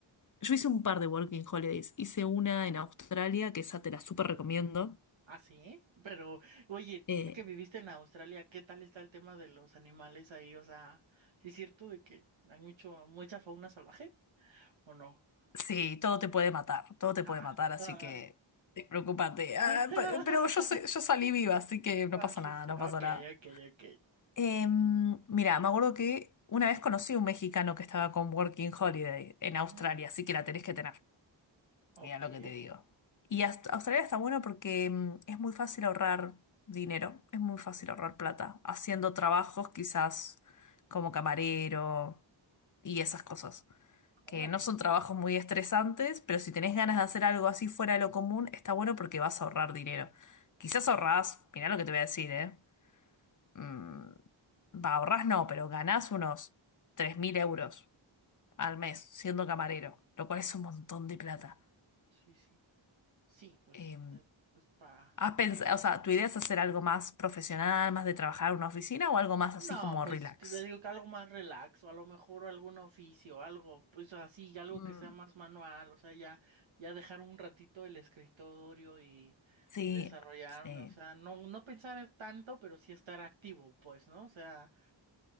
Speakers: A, on the left; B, on the right.
A: yo hice un par de Working Holidays, hice una en Australia, que esa te la súper recomiendo.
B: Ah, sí, pero oye,
A: Eh,
B: ya que viviste en Australia, ¿qué tal está el tema de los animales ahí? O sea, ¿sí es cierto de que hay mucho, mucha fauna salvaje o no?
A: Sí, todo te puede
B: Sí.
A: matar, todo te
B: Ah,
A: puede matar, así
B: ah.
A: que preocúpate. Ah,
B: <laughs>
A: pe- pero yo, sé- yo salí viva, así que no
B: Ah,
A: pasa
B: sí,
A: nada,
B: sí.
A: no
B: Ok,
A: pasa nada.
B: ok, ok.
A: Em, mira, me acuerdo que una vez conocí a un mexicano que estaba con Working Holiday en
B: Ujú.
A: Australia, así que la tenés que tener,
B: Ok,
A: mira lo que te digo. Y Aust- Australia está bueno porque em, es muy fácil ahorrar dinero, es muy fácil ahorrar plata, haciendo trabajos quizás como camarero y esas cosas
B: órale.
A: que no son trabajos muy estresantes, pero si tenés ganas de hacer algo así fuera de lo común, está bueno porque vas a ahorrar dinero. Quizás ahorrás, mirá lo que te voy a decir, ¿eh? Mm, va, ahorrás no, pero ganás unos 3.000 euros al mes siendo camarero, lo cual es un montón de plata.
B: Sí, sí. Sí, pues
A: Eh,
B: sí, es, pues para,
A: ¿has pensado,
B: para
A: o sea, tu idea es hacer algo más profesional, más de trabajar en una oficina o algo más
B: No,
A: así como
B: pues
A: relax?
B: si te digo que algo más relaxo, a lo mejor algún oficio, algo, pues así, algo
A: Mm,
B: que sea más manual, o sea, ya, ya dejar un ratito el escritorio y,
A: sí,
B: y desarrollarme,
A: sí,
B: o sea, no, no pensar tanto, pero sí estar activo, pues, ¿no? O sea,